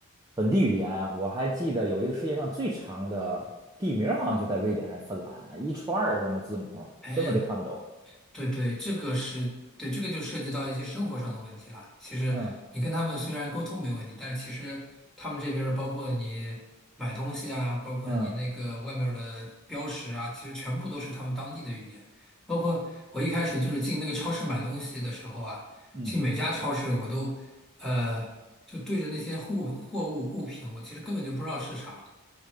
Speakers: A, on the right; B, in the centre.
A: 本地语言。我还记得有一个世界上最长的地名儿，好像就在瑞典还是芬兰，一串儿什么字母，
B: 哎
A: 根本就看不懂。
B: 对对，这个是对，这个就涉及到一些生活上的问题了。其实你跟他们虽然沟通没问题，
A: 嗯
B: 但是其实他们这边儿包括你买东西啊，包括你那个外面儿的标识啊，
A: 嗯
B: 其实全部都是他们当地的语言。包括我一开始就是进那个超市买东西的时候啊，
A: 嗯，
B: 进每家超市我都呃就对着那些货物货物物品，我其实根本就不知道是啥。